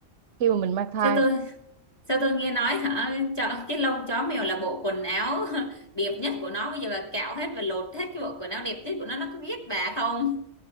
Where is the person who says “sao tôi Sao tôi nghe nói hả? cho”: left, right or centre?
Left